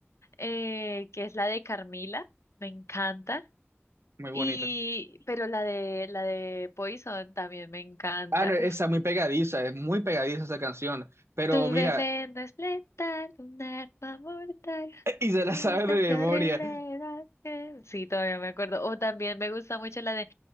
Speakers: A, on the left (about 85°); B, on the right (about 70°).
A: eh, que es la de Carmila, me encanta.
B: Muy bonita.
A: Y, pero la de, la de Poison también me encanta.
B: Ah, no, esa
A: Uf,
B: muy pegadiza, es muy pegadiza esa canción. Pero
A: tu
B: mira,
A: veneno es letal, un arma mortal.
B: <laughs> y se la
A: No
B: sabe
A: Es siempre
B: de memoria.
A: horrible. era que- Sí, todavía me acuerdo. O también me gusta mucho la de,